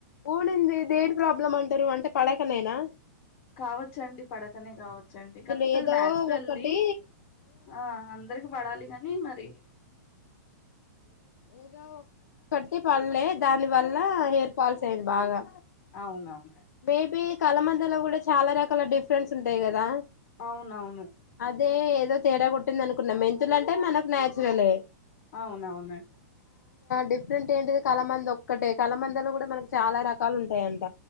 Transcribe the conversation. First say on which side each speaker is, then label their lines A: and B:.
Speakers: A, on the left (about 80°); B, on the left (about 40°).
A: ఊడింది దేని ప్రాబ్లమ్ అంటరు అంటే పడకనేనా
B: కావచ్చండి పడకనే కావచ్చండి
A: అందులో
B: కాకపోతే
A: ఏదో
B: అది నాచురల్ది
A: ఒకటి
B: ఆ అందరికి పడాలి కాని నీ మరీ
A: ఏదో ఒకట్టి పడ్లే దాని వల్ల హెయిర్ ఫాల్స్ <inaudible> బాగా
B: అవునవును.
A: బేబి కళ మందలో గుడా చాలా రకాల డిఫరెన్స్ ఉంటాయి కదా?
B: అవునవును.
A: అదే ఏదో తేడా కొట్టింది అనుకున్న మెంతులు అంటే మనకు నచురలే
B: అవునవును అండి
A: డిఫరెంట్ ఏంటిది కలామంది ఒక్కటే కలామందలో కూడా మనకు చాలా రకాలు ఉంటాయంట